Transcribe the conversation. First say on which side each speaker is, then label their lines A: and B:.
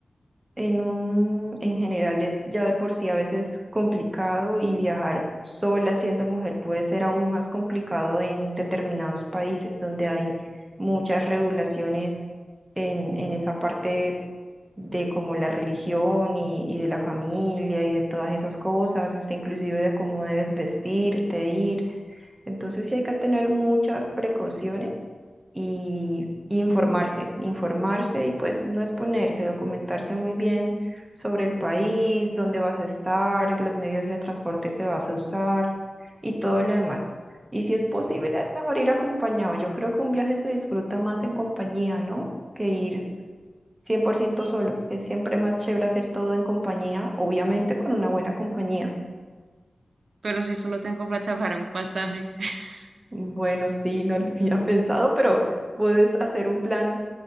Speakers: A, on the right; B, on the right.
A: en un, en general es ya de por sí a veces complicado y viajar sola siendo mujer puede ser aún más complicado en determinados países donde hay muchas regulaciones en, en esa parte de como la religión y, y de la familia y de todas esas cosas, hasta inclusive de cómo debes vestirte, ir. Entonces sí hay que tener muchas precauciones y, y informarse, informarse y pues no exponerse, documentarse muy bien sobre el país, dónde vas a estar, los medios de transporte que vas a usar y todo lo demás. Y si es posible, es mejor ir acompañado. Yo creo que un viaje se disfruta más en compañía, ¿no? Que ir 100% solo. Es siempre más chévere hacer todo en compañía, obviamente con una buena compañía.
B: pero si solo tengo plata para un pasaje. <laughs>
A: Bueno, sí, no lo <laughs> había pensado, pero puedes hacer un plan